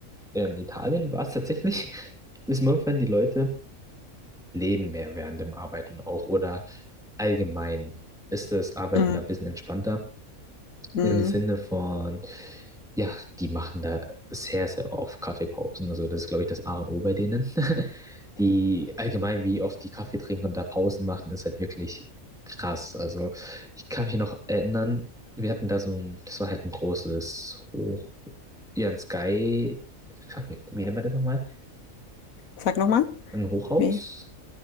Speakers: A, in the centre; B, on the left (about 80°).
A: in Italien war es tatsächlich, <laughs> dass manchmal die Leute leben mehr während dem Arbeiten auch oder allgemein ist das Arbeiten
B: Hm,
A: da ein bisschen entspannter.
B: hm.
A: Im Sinne von, ja, die machen da sehr, sehr oft Kaffeepausen. Also das ist, glaube ich, das A und O bei denen. Die allgemein, wie oft die Kaffee trinken und da Pausen machen, ist halt wirklich krass. Also ich kann mich noch erinnern, wir hatten da so ein, das war halt ein großes Hoch, ja, ein Sky, fuck, wie wie nennt man das nochmal?
B: Sag nochmal.
A: Ein Hochhaus?
B: Wie?